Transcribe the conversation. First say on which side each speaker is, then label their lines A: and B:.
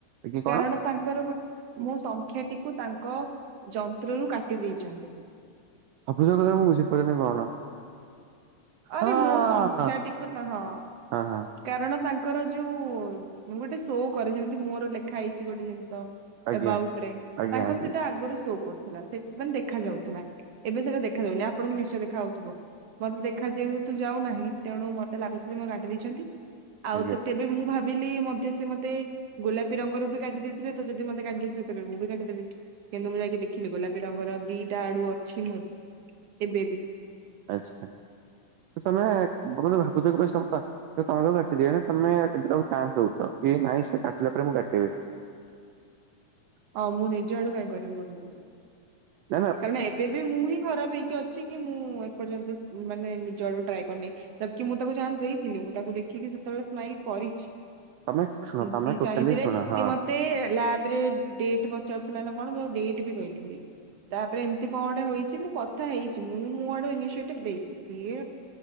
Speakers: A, on the right; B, on the right.
A: ଆଜ୍ଞା କଣ
B: କାରଣ ତାଙ୍କର ଗୋ ମୋ ସଂଖ୍ୟାଟିକୁ ତାଙ୍କ ଯନ୍ତ୍ରରୁ କାଟି ଦେଇଚନ୍ତି।
A: ସବୁଜ କଲର ମୁଁ ବୁଝିପାରିଲିନୀ କଣ?
B: ଆରେ
A: ହଁ
B: ମୋ ସଂଖ୍ୟାଟିକୁ
A: ହଁ
B: ହଁ
A: ହଁ ହଁ
B: କାରଣ ତାଙ୍କୁ ର ଯୋଉ ମୁଁ ଗୋଟେ ଶୋ କରେ ଯେମିତି ମୋର ଲେଖା ହେଇଛି ଗୋଟେ ଯେମିତି
A: ଆଜ୍ଞା
B: ଏ ବାଉଟରେ
A: ଆଜ୍ଞା
B: ତାଙ୍କର
A: ଆଜ୍ଞା
B: ସେଟା ଆଗରୁ ସୋ କରୁଥିଲା ସେ ମାନେ ଦେଖା ଯାଉଥିଲା ଏବେ ସେଇଟା ଦେଖାଯାଉନି ଆପଣଙ୍କୁ ନିଶ୍ଚୟ ଦେଖାଯାଉଥିବ ମତେ ଦେ ଖା ଯେଉ ତୁ ଯାଉ ନାହିଁ ତେଣୁ ମତେ ଲାଗୁଛି ମୋ କାଟିି ଦେଇଛନ୍ତି ଆଉ
A: ଆଜ୍ଞା
B: ତ ତେବେ ମୁଁ ଭା ବିଲି ମଧ୍ୟ ସେ ମୋତେ ଗୋଲାପୀ ରଙ୍ଗ ର କାଟି ଦେଇଥିବେ ତ ଯଦି ମତେ କାଟି ଦେଇଥିବେ ତେବେ ମୁଁ ବି କାଟିଦେବି। କିନ୍ତୁ ମୁଁ ଯାଇକି ଦେଖିଲି ଗୋଲାପୀ ରଙ୍ଗର ଦିଟା ଆଳୁ ଅଛି ମୁଁ ଏବେ ବି।
A: ଆଚ୍ଛା। ତମେ ଭାବୁଛ ତମ କାଟି ତମେ ଏକୁଟିଆ ନା ଚାନ୍ସ ଦେଉଛ। କି ନାଇ ସେ କାଟିଲା ପରେ ମୁଁ କାଟିବି।
B: ହଁ ମୁଁ ନିଜ ଆଡୁ କାହିଁକି କରିବି ଗୋଟେ ଜିନିଷ?
A: ନା ନା
B: କାରଣ ଏବେ ବି ମୁଁ ହିଁ ଖରାପ ହେଇକି ଅଛି କି ମୁଁ ଏପର୍ଯ୍ୟନ୍ତ ମାନେ ନିଜ ଆଡୁ ଟ୍ରାଏ କରିନି ତ ମୁଁ ତାକୁ ଚାନ୍ସ ଦେଇଥିଲି ମୁଁ ତାକୁ ଦେଖିକି ସେତେବେଳେ ସ୍ମାଇଲ କରିଛି।
A: ତମେ ଶୁଣ ତମେ
B: ସିଏ
A: ଟୋଟାଲି
B: ଚାହିଁଥିଲେ
A: ଶୁଣ ହଁ
B: ସି ମତେ ଲ୍ୟାବରେ ଡେଟ୍ ପଚାରୁଥିଲା ନା କଣ ମୁଁ ଡିଟ୍ ବି କହିଥିଲି। ତାପରେ ଏମିତି କଣ ଗୋଟେ ହେଇଛି ମୁଁ କଥା ହେଇଛି ମୁଁ ମୋ ଆଡୁ ଇନିସି ଲେଟର୍ ଦେଇଛି ସିଏ